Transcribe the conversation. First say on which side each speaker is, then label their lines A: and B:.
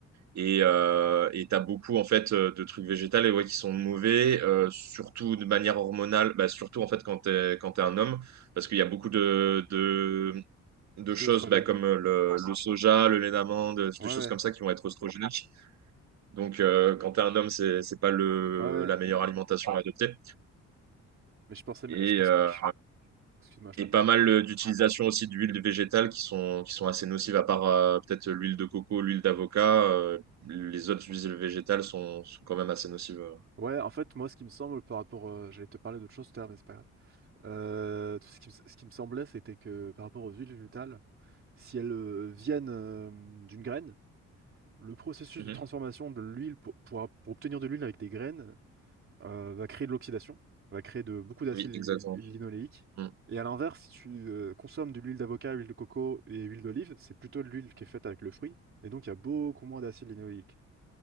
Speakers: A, on the right; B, on the right.
A: Et euh, et t'as beaucoup en fait euh, de trucs végétales et ouais, qui sont mauvais, euh, surtout de manière hormonale, bah, surtout en fait quand t'es quand t'es un homme, parce qu'il y a beaucoup de de, de
B: Phyto
A: choses
B: oestrogène.
A: bah, comme euh, le, le soja, le lait d'amande, euh,
B: Ouais,
A: des choses
B: ouais.
A: comme ça qui vont être oestrogéniques. Donc euh, quand t'es un homme, c'est c'est pas le
B: Ouais, ouais.
A: la meilleure alimentation à adopter.
B: Mais je pensais, mais
A: Et
B: je pense,
A: euh,
B: je- excuse-moi, je
A: et
B: t'interromps.
A: pas mal euh, d'utilisation aussi d'huiles végétales qui sont, qui sont assez nocives, à part euh, peut-être l'huile de coco, l'huile d'avocat. euh, les autres huiles végétales sont, sont quand même assez nocives. euh.
B: Ouais, en fait, moi, ce qui me semble par rapport, euh, j'allais te parler d'autre chose tout à l'heure, mais c'est pas grave. Euh, tout ce qui, me- ce qui me semblait, c'était que par rapport aux huiles végétales, si elles euh, viennent euh, d'une graine, le processus
A: Mhm.
B: de transformation de l'huile pour, pour, pour obtenir de l'huile avec des graines, euh, va créer de l'oxydation, va créer de, beaucoup d'acide
A: Oui,
B: li-
A: exactement.
B: linoléique.
A: Mm.
B: Et à l'inverse, si tu euh, consommes de l'huile d'avocat, huile de coco et huile d'olive, c'est plutôt de l'huile qui est faite avec le fruit. Et donc, il y a beaucoup moins d'acide linoléique.